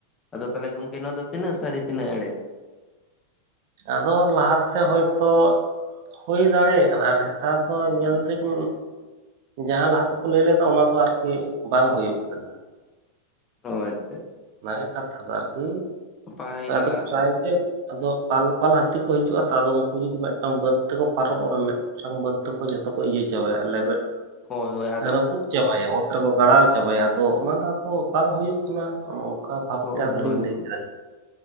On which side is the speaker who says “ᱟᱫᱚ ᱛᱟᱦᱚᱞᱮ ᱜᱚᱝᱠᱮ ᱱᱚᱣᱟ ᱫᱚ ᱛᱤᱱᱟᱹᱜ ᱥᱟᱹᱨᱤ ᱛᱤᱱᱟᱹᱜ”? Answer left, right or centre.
Left